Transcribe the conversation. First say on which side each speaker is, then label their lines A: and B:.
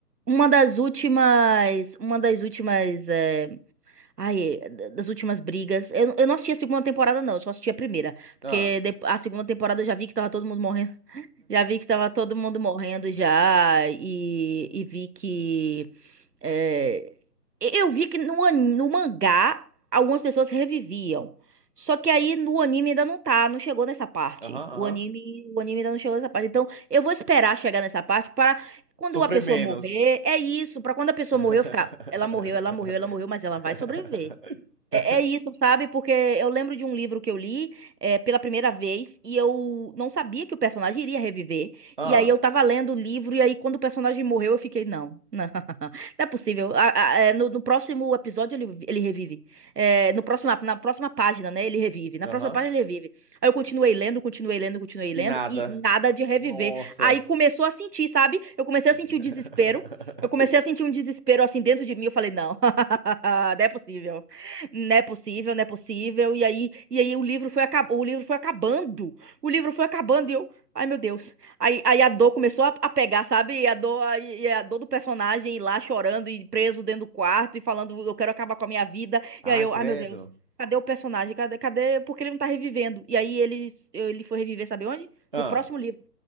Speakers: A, on the right; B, on the right.
A: Uma das últimas, uma das últimas é, Ai, é, da- das últimas brigas. Eu, eu não assisti a segunda temporada, não. Eu só assisti a primeira. Porque
B: Ah,
A: dep- a segunda temporada eu já vi que tava todo mundo morrendo. <laughs> Já vi que tava todo mundo morrendo já. E, e vi que. é, e- eu vi que no, an- no mangá algumas pessoas reviviam. Só que aí no anime ainda não tá, não chegou nessa parte.
B: aham,
A: O
B: aham.
A: anime, o anime ainda não chegou nessa parte. Então eu vou esperar chegar nessa parte para quando
B: Sofrer
A: a pessoa
B: menos.
A: morrer, é isso, Pra quando a pessoa
B: <laughs>
A: morrer, eu ficar, ela morreu, ela morreu, ela morreu, mas ela vai sobreviver. É, é isso, sabe? Porque eu lembro de um livro que eu li é, pela primeira vez e eu não sabia que o personagem iria reviver.
B: Ah,
A: E aí eu tava lendo o livro e aí quando o personagem morreu eu fiquei, não, não, <laughs> não é possível. A- a- é, no, no próximo episódio ele, ele revive. É, no próximo, na próxima página, né, ele revive. Na
B: aham.
A: próxima página ele revive. Aí eu continuei lendo, continuei lendo, continuei lendo
B: E nada.
A: e nada de reviver.
B: Nossa.
A: Aí começou a sentir, sabe? Eu comecei
B: <laughs>
A: a sentir o desespero. Eu comecei a sentir um desespero assim dentro de mim. Eu falei, não, <laughs> não é possível não é possível, não é possível. E aí, e aí o livro foi acabando, o livro foi acabando. O livro foi acabando e eu, ai meu Deus. Aí, aí a dor começou a, a pegar, sabe? E a dor, aí- e a dor do personagem ir lá chorando e preso dentro do quarto e falando, eu quero acabar com a minha vida.
B: Ai,
A: E aí eu,
B: credo.
A: ai meu Deus. Cadê o personagem? Cadê, cadê? Porque ele não tá revivendo. E aí ele, ele foi reviver, sabe onde?
B: Ah,
A: No próximo livro.